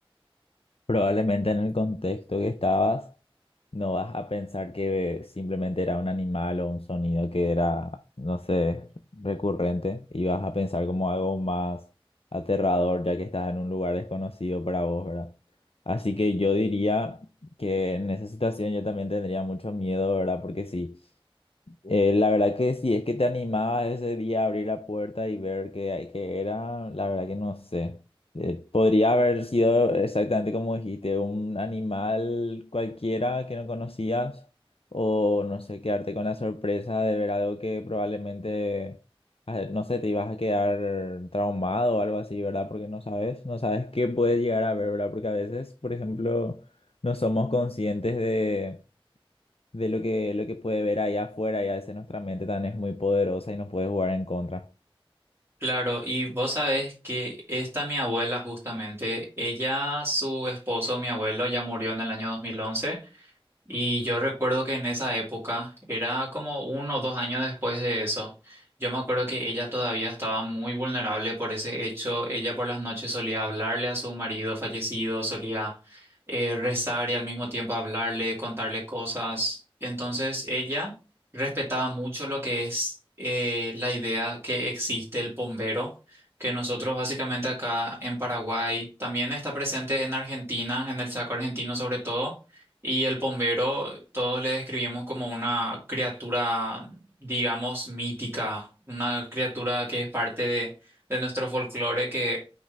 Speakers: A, on the left; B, on the right.
A: Probablemente en el contexto que estabas, no vas a pensar que simplemente era un animal o un sonido que era, no sé, recurrente y vas a pensar como algo más aterrador ya que estás en un lugar desconocido para vos, ¿verdad? Así que yo diría que en esa situación yo también tendría mucho miedo, ¿verdad? Porque sí. Eh, la verdad que sí, es que te animaba ese día a abrir la puerta y ver qué, hay- qué era, la verdad que no sé. Eh, podría haber sido exactamente como dijiste, un animal cualquiera que no conocías o no sé, quedarte con la sorpresa de ver algo que probablemente, ah, no sé, te ibas a quedar traumado o algo así, ¿verdad? Porque no sabes, no sabes qué puedes llegar a ver, ¿verdad? Porque a veces, por ejemplo, no somos conscientes de de lo que, lo que puede ver allá afuera y a veces nuestra mente también es muy poderosa y nos puede jugar en contra.
B: Claro, y vos sabés que esta mi abuela justamente, ella, su esposo, mi abuelo, ya murió en el año 2011. Y yo recuerdo que en esa época, era como uno o dos años después de eso, yo me acuerdo que ella todavía estaba muy vulnerable por ese hecho. Ella por las noches solía hablarle a su marido fallecido, solía eh, rezar y al mismo tiempo hablarle, contarle cosas. Entonces ella respetaba mucho lo que es eh, la idea que existe el bombero, que nosotros básicamente acá en Paraguay, también está presente en Argentina, en el Chaco argentino sobre todo y el bombero, todos le describimos como una criatura, digamos, mítica, una criatura que es parte de, de nuestro folclore, que